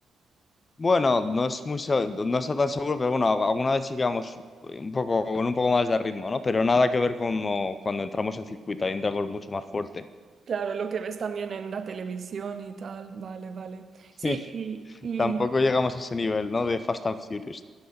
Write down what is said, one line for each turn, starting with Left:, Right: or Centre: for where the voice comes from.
Left: Bueno, no es muy, se- no está tan seguro, pero bueno, alguna vez sí que vamos eh, un poco, con un poco más de ritmo, ¿no? Pero nada que ver con cuando entramos en circuito, ahí entramos mucho más fuerte.
Right: Claro, lo que ves también en la televisión y tal, vale, vale.
Left: <laughs>
Right: Sí, y, y-
Left: Tampoco llegamos a ese nivel, ¿no? De Fast and Furious.